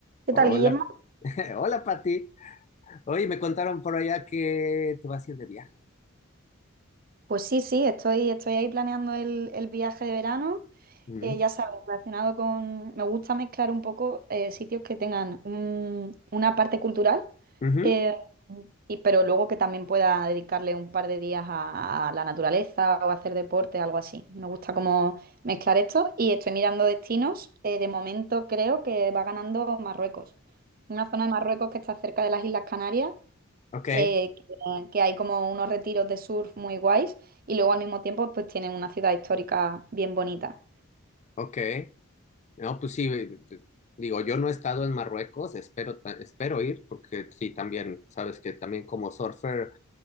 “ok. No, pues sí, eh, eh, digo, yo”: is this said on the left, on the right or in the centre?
Left